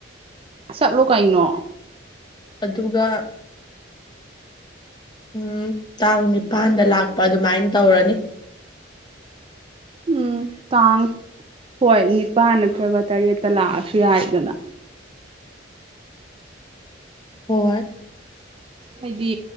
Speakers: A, on the right; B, on the left.
A: ꯆꯠꯂꯣ ꯀꯩꯅꯣ
B: ꯑꯗꯨꯒ ꯎꯝ ꯇꯥꯡ ꯅꯤꯄꯥꯟꯗ ꯂꯥꯛꯄ ꯑꯗꯨꯃꯥꯏꯟ ꯇꯧꯔꯅꯤ
A: ꯎꯝ ꯇꯥꯡ ꯍꯣꯏ ꯅꯤꯄꯥꯟ ꯅꯠꯇ꯭ꯔꯒ ꯇꯔꯦꯠꯇ ꯂꯥꯛꯑꯁꯨ ꯌꯥꯏꯗꯅ
B: ꯍꯣꯏ
A: ꯍꯥꯏꯗꯤ